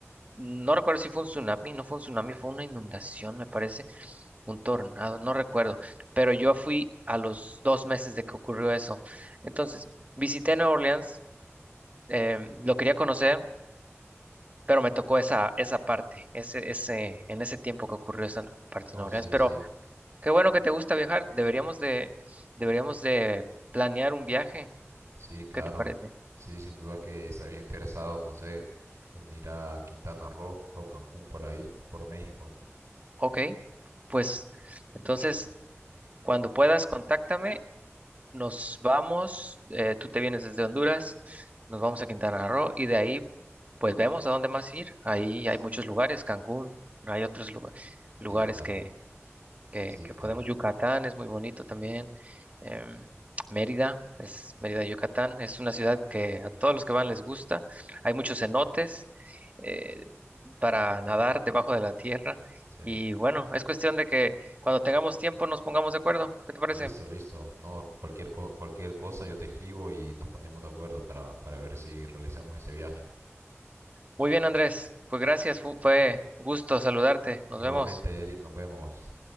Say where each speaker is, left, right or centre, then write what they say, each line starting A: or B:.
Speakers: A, on the right (about 30°); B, on the right (about 80°).
A: no recuerdo si fue un tsunami, no fue un tsunami, fue una inundación, me parece, un tornado, no recuerdo, pero yo fui a los dos meses de que ocurrió eso. Entonces, visité Nueva Orleans, eh, lo quería conocer, pero me tocó esa, esa parte, ese, ese, en ese tiempo que ocurrió esa parte
B: No,
A: de Nueva Orleans.
B: sí,
A: Pero
B: sí.
A: qué bueno que te gusta viajar, deberíamos de, deberíamos de planear un viaje,
B: Sí, claro.
A: ¿qué te parece?
B: Sí, sin duda que estaría interesado, no sé, en ir a Quintana Roo o Cancún por ahí, por México.
A: Ok, pues entonces, cuando puedas, contáctame Nos vamos, eh, tú te vienes desde Honduras, nos vamos a Quintana Roo y de ahí pues vemos a dónde más ir. Ahí
B: S-
A: hay muchos lugares, Cancún, hay otros lugar-
B: Sí,
A: lugares
B: claro.
A: que, que,
B: Sí,
A: que
B: claro.
A: podemos, Yucatán es muy bonito también, em, Mérida, es Mérida, Yucatán, es una ciudad que a todos los que van les gusta, hay muchos cenotes eh, para nadar debajo de la tierra
B: Sí.
A: y bueno, es cuestión de que cuando tengamos tiempo nos pongamos de acuerdo, ¿qué te parece?
B: Listo, listo. No, cualquier co- cualquier cosa yo te escribo y nos ponemos de acuerdo para para ver si realizamos ese viaje.
A: Muy bien, Andrés. Pues gracias, fu- fue gusto saludarte. Nos
B: Igualmente,
A: vemos.
B: Eric, nos vemos.